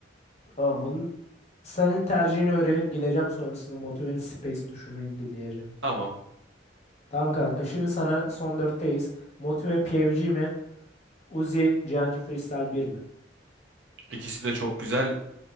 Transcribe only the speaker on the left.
Tamam. Bunun, senin tercihini öğrenip gideceğim sonrasında Motive'nin Space tuşunu dinleyeceğim.
Tamam kanka. Şimdi sana son dörtteyiz. Motive PVG mi? Uzi, Cenci Freestyle bir mi?